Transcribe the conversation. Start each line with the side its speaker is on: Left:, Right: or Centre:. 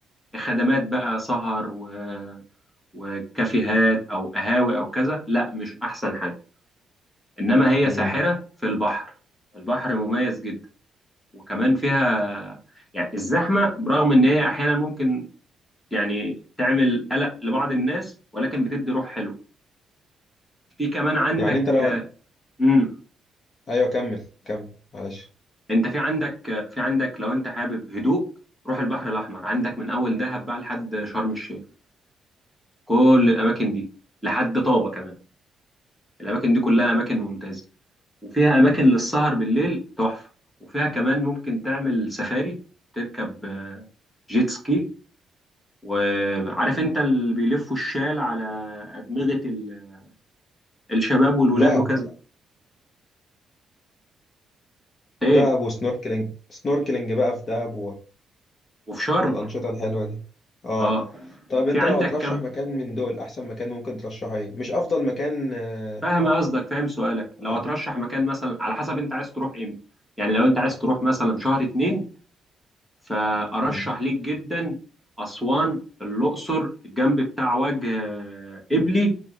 Centre: خدمات بقى سهر و وكافيهات او قهاوي او كذا لا مش احسن حاجه انما هي
Left: امم
Centre: ساحره في البحر البحر مميز جدا وكمان فيها يعني الزحمه برغم ان هي احيانا ممكن يعني تعمل قلق لبعض الناس ولكن بتدي روح حلوه في كمان عندك
Left: يعني أنت لو هت...
Centre: امم
Left: أيوه كمل كمل معلش
Centre: انت في عندك في عندك لو انت حابب هدوء روح البحر الاحمر عندك من اول دهب بقى لحد شرم الشيخ كل الاماكن دي لحد طابه كمان الاماكن دي كلها اماكن ممتازه وفيها اماكن للسهر بالليل تحفه وفيها كمان ممكن تعمل سفاري تركب آه، جيت سكي وعارف انت اللي بيلفوا الشال على ادمغه ال- الشباب والولاد
Left: دهب
Centre: وكذا ايه
Left: دهب وسنوركلينج سنوركلينج بقى في دهب
Centre: وفي شرم
Left: والأنشطة الحلوة دي اه
Centre: اه
Left: طب
Centre: في
Left: انت
Centre: عندك
Left: لو هترشح
Centre: كمان
Left: مكان من دول احسن مكان ممكن ترشحه ايه مش افضل مكان اه
Centre: فاهم قصدك فاهم سؤالك لو
Left: آه.
Centre: هترشح مكان مثلا على حسب انت عايز تروح امتى يعني لو انت عايز تروح مثلا شهر اتنين فارشح
Left: مم.
Centre: ليك جدا اسوان الاقصر الجنب بتاع وجه آه، قبلي